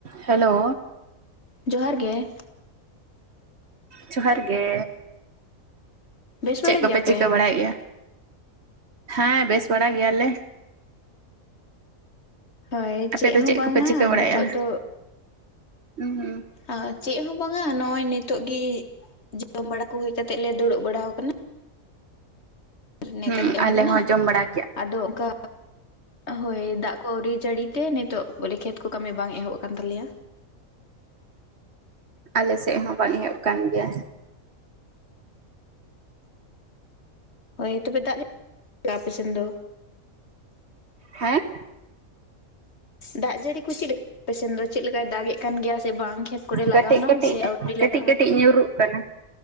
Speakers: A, on the right (about 50°); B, on the left (about 50°).
A: Hello.
B: ᱡᱚᱦᱟᱨ ᱜᱮ᱾
A: ᱡᱚᱦᱟᱨ ᱜᱮ᱾
B: ᱵᱮᱥ
A: ᱪᱮᱜ
B: ᱵᱟᱲᱟ
A: ᱠᱚᱯᱮ
B: ᱜᱮᱭᱟᱯᱮ?
A: ᱪᱤᱠᱟᱹ ᱵᱟᱲᱟᱭᱮᱫ ᱜᱮᱭᱟ ᱦᱮᱸ ᱵᱮᱥ ᱵᱟᱲᱟ ᱜᱮᱭᱟ ᱞᱮ᱾
B: ᱦᱳᱭ
A: ᱟᱯᱮ
B: ᱪᱮᱫ
A: ᱫᱚ
B: ᱦᱚᱸ ᱵᱟᱝᱟ
A: ᱠᱚᱯᱮ ᱪᱤᱠᱟᱹ ᱵᱟᱲᱟᱭᱮᱫᱼᱟ
B: ᱱᱤᱛᱳᱜ ᱫᱚ
A: ᱦᱩᱸ
B: ᱟᱸ ᱪᱮᱫ ᱦᱚᱸ ᱵᱟᱝᱟ ᱱᱚᱜᱼᱚᱭ ᱱᱤᱛᱚᱜ ᱜᱤ ᱡᱚᱢ ᱵᱟᱲᱟ ᱠᱩ ᱦᱩᱭ ᱠᱟᱛᱮᱜ ᱞᱮ ᱫᱩᱲᱩᱵ ᱵᱟᱲᱟᱣ ᱠᱟᱱᱟ᱾ ᱱᱮᱛᱟᱨ
A: ᱦᱩᱸ
B: <inaudible> ᱠᱟᱹᱢᱤ
A: ᱟᱞᱮ
B: ᱠᱟᱱᱟ
A: ᱦᱚᱸ ᱡᱚᱢ ᱵᱟᱲᱟ ᱠᱮᱜᱼᱟ
B: ᱟᱫᱚ ᱚᱝᱠᱟ ᱦᱳᱭ ᱫᱟᱜ ᱠᱚ ᱟᱹᱣᱨᱤ ᱡᱟᱹᱲᱤ ᱛᱮ ᱱᱤᱛᱚᱜ ᱵᱚᱞᱮ ᱠᱷᱮᱛ ᱠᱚ ᱠᱟᱹᱢᱤ ᱵᱟᱝ ᱮᱦᱚᱵ ᱠᱟᱱ ᱛᱟᱞᱮᱭᱟ᱾
A: ᱟᱞᱮ ᱥᱮᱫ ᱦᱚᱸ ᱵᱟᱝ ᱮᱦᱚᱵ ᱠᱟᱱ ᱜᱮᱭᱟ᱾
B: ᱦᱳᱭ ᱛᱚᱵᱮ ᱫᱟᱜ ᱡᱟ <inaudible> ᱟᱯᱮ ᱥᱮᱱ ᱫᱚ?
A: ᱦᱮᱸ?
B: ᱫᱟᱜ ᱡᱟᱹᱲᱤ ᱠᱩ ᱪᱤᱫ ᱟᱯᱮ ᱥᱮᱱ ᱫᱚ ᱪᱮᱫ ᱞᱮᱠᱟᱭ ᱫᱟᱜᱮᱜ ᱠᱟᱱ ᱜᱮᱭᱟ ᱥᱮ ᱵᱟᱝ? ᱠᱷᱮᱛ ᱠᱚᱨᱮ ᱞᱟᱜᱟᱣᱱᱟ
A: ᱠᱟᱹᱴᱤᱡ ᱠᱟᱹᱴᱤᱡ
B: ᱥᱮ ᱟᱹᱣᱨᱤ
A: ᱠᱟᱹᱴᱤᱡ
B: ᱞᱟᱜᱟᱜᱼᱟ?
A: ᱠᱟᱹᱴᱤᱡ ᱧᱩᱨᱩᱜ ᱠᱟᱱᱟ᱾